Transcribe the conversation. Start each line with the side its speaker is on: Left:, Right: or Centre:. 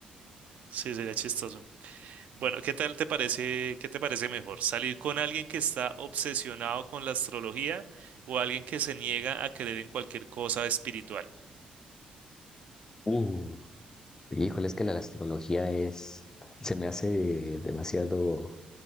Right: sí, sería chistoso. Bueno, ¿qué tal te parece, qué te parece mejor? ¿Salir con alguien que está obsesionado con la astrología o alguien que se niega a creer en cualquier cosa espiritual?
Left: Uh, híjole, es que la astrología es, se me hace demasiado